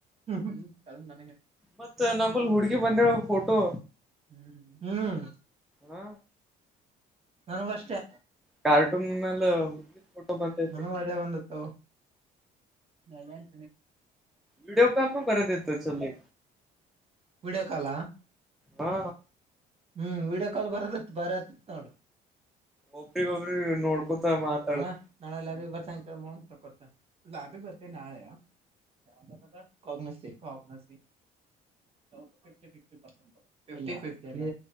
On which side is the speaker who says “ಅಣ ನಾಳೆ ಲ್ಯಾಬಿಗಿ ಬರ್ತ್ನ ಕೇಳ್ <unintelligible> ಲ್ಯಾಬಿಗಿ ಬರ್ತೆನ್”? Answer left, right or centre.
Right